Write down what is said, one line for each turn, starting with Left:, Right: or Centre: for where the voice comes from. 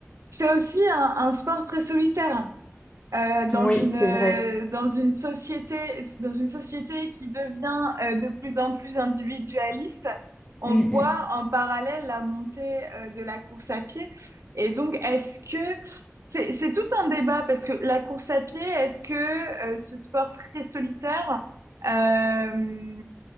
Right: c'est aussi un, un sport très solitaire. euh, dans
Left: Oui,
Right: une,
Left: c'est
Right: euh,
Left: vrai.
Right: dans une société, dans une société qui devient euh, de plus en plus individualiste, on
Left: Mm,
Right: voit en parallèle la montée euh, de la course à pied. Et donc, est-ce que c'est, c'est tout un débat parce que la course à pied, est-ce que euh, ce sport très solitaire, euh,